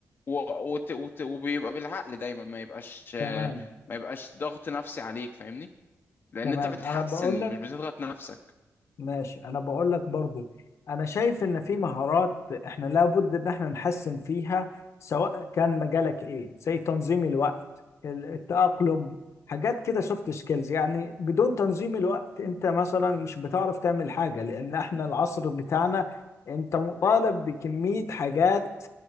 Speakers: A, on the left (about 45°); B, on the left (about 65°).
A: و... وت... وت... وبيبقى بالعقل دايما ما يبقاش آه،
B: تمام
A: ما يبقاش ضغط نفسي عليك فاهمني لان
B: تمام
A: انت بتحسن
B: انا بقول لك
A: مش بتضغط نفسك
B: ماشي انا بقول لك برضو انا شايف ان في مهارات احنا لابد ان احنا نحسن فيها سواء كان مجالك ايه زي تنظيم الوقت ال- التأقلم حاجات كده سوفت سكيلز يعني بدون تنظيم الوقت انت مثلا مش بتعرف تعمل حاجة لان احنا العصر بتاعنا انت مطالب بكمية حاجات